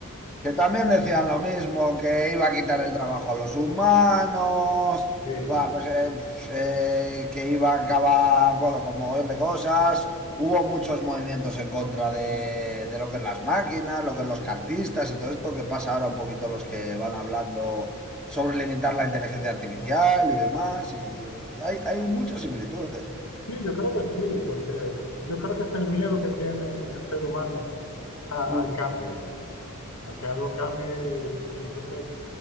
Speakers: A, in the centre; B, on the left.
A: Que también decían lo mismo, que iba a quitar el trabajo a los humanos,
B: Sí,
A: pa- pues, eh, pf, eh, que iba a acabar, bueno, con mogollón de cosas. Hubo muchos movimientos en contra de, de lo que es las máquinas, lo que es los cartistas y todo esto, que pasa ahora un poquito los que van hablando sobre limitar la inteligencia artificial y demás. Y, eh, hay, hay muchas similitudes.
B: sí, yo creo que sí, porque yo creo que es el miedo que tiene el ser humano a-
A: Mm.
B: al cambio, a que algo cambie. Y, y entonces,